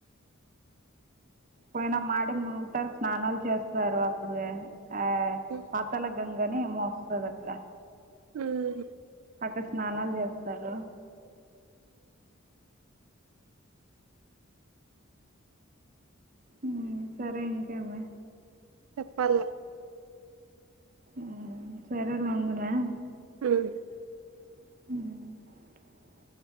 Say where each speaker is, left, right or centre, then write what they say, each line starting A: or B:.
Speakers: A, on the right; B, on the right.
A: పోయినమ్ ఆడే మునుగుతారు స్నానాలు చేస్తారు అక్కడే ఆ
B: ఉమ్
A: పాతాల గంగ గానీ ఏమో వస్తది అట్లా
B: ఉం
A: అక్కడ స్నానాలు చేస్తారు ఉం సరే ఇంకెంది
B: చెప్పాల
A: ఉం సరేలే ఉండనే
B: ఉం
A: ఉం